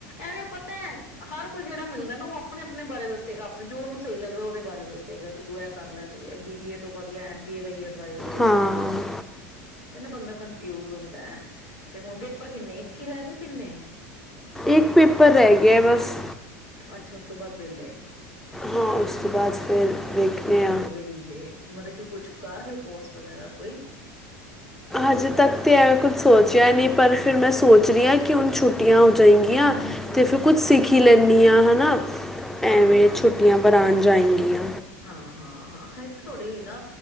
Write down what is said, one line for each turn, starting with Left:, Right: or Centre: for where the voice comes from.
Left: ਐਵੇਂ ਪਤਾ ਹੈ ਹਰ ਕੋਈ ਜਿਹੜਾ ਮਿਲਦਾ ਨਾ ਉਹ ਆਪਣੇ ਆਪਣੇ ਬਾਰੇ ਦੱਸੇਗਾ ਆਪ ਜੋ ਉਹਨੂੰ ਸਹੀ ਲੱਗਦਾ ਉਹਦੇ ਬਾਰੇ ਦੱਸੇਗਾ ਕਿ ਤੂੰ ਇਹ ਕਰ ਲੈ। ਤੂੰ ਬੀਬੀ ਏ ਤੋਂ ਬਾਦ ਐਮ ਬੀ ਏ ਦਾ ਹੀ ਅਡਵਾਸ ਦੇਗਾ
Centre: ਹਾਂ
Left: ਬੰਦਾ ਕਨਫਿਊਜ ਹੁੰਦਾ ਹੈ ਤੇ ਹੁਣ ਪੇਪਰ ਕਿੰਨੇ ਇੱਕ ਹੀ ਰਹਿ ਗੇ ਕਿੰਨੇ।
Centre: ਇੱਕ ਪੇਪਰ ਰਹਿ ਗਿਆ ਬਸ।
Left: ਅੱਛਾ ਉਸ ਤੋਂ ਬਾਅਦ ਵਿਹਲੇ।
Centre: ਹਾਂ ਉਸ ਤੋਂ ਬਾਅਦ ਫਿਰ ਦੇਖ ਦੇ ਆ।
Left: ਵੇਲੇ ਮਤਲਬ ਕਿ ਕੁੱਛ ਕਰ ਰਹੇ ਹੋ ਕੋਰਸ ਵਗੈਰਾ ਕੋਈ।
Centre: ਅਜੇ ਤੱਕ ਤਾਂ ਐਵੇਂ ਕੁੱਛ ਸੋਚਿਆ ਹੀ ਨਹੀਂ ਪਰ ਫਿਰ ਮੈਂ ਸੋਚ ਰਹੀ ਹਾਂ। ਕਿ ਹੁਣ ਛੁੱਟੀਆਂ ਹੋ ਜਾਏਗੀਆਂ
Left: ਹੂੰ ਹੂੰ ਹੂੰ
Centre: ਤੇ ਫਿਰ
Left: ਹੂੰ
Centre: ਕੁੱਛ ਸਿੱਖ ਹੀ ਲੈਂਦੇ। ਹੈ ਨਾ
Left: ਹਾਂ
Centre: ਐਵੇਂ
Left: ਹਾਂ
Centre: ਛੁੱਟੀਆਂ ਬਰਾਉਣ ਜਾਏਗੀਆਂ
Left: ਹਾਂ ਹਾਂ ਹਾਂ ਹੋਏ ਤਾਂ ਤੁਹਾਡੀ ਹੈ ਨਾ